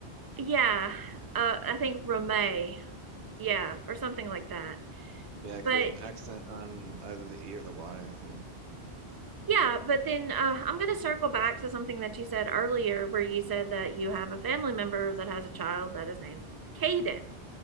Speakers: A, on the right (about 35°); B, on the right (about 85°).
A: Yeah. Uh, I think Remy. Yeah. Or something like that.
B: Yeah, 'cause
A: But
B: there's an accent on either the E or the Y, I think.
A: Yeah, but then uh, I'm going to circle back to something that you said earlier, where you said that you have a family member that has a child that is named Caden,